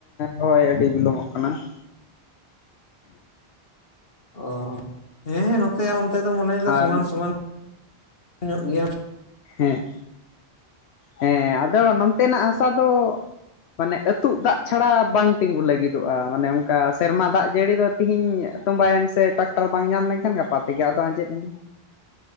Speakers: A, on the left; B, on the left.
A: ᱨᱚᱦᱚᱭ ᱟᱹᱰᱤ ᱵᱤᱞᱚᱢᱚᱜ ᱠᱟᱱᱟ ᱾
B: ᱚ ᱦᱮᱸ ᱦᱮᱸ ᱱᱚᱛᱮ ᱟᱨ ᱚᱱᱛᱮ ᱫᱚ ᱢᱚᱱᱮᱲ ᱫᱟ
A: ᱟᱨ
B: ᱥᱚᱢᱟᱱ ᱥᱚᱢᱟᱱ ᱧᱚᱜ ᱜᱮᱭᱟᱼᱼ
A: ᱦᱮᱸ ᱦᱮᱸ ᱟᱫᱚ ᱱᱚᱱᱛᱮᱱᱟᱜ ᱦᱟᱥᱟ ᱫᱚᱼᱼ ᱢᱟᱱᱮ ᱟᱹᱛᱩᱜ ᱫᱟᱜ ᱪᱷᱟᱲᱟ ᱵᱟᱝ ᱛᱤᱸᱜᱩ ᱞᱟᱹᱜᱤᱫᱚᱜᱼᱟ, ᱢᱟᱱᱮ ᱚᱱᱠᱟ ᱥᱮᱨᱢᱟ ᱫᱟᱜ ᱡᱟᱹᱲᱤ ᱫᱚᱼᱼ ᱛᱤᱦᱤᱧ ᱛᱚᱸᱵᱟᱭᱮᱱ ᱥᱮ ᱴᱟᱠᱴᱟᱨ ᱵᱟᱝ ᱧᱟᱢ ᱞᱮᱱ ᱠᱷᱟᱱ ᱜᱟᱯᱟ ᱛᱮᱜᱮ ᱟᱫᱚ ᱟᱸᱡᱮᱫ ᱮᱱᱟ ᱾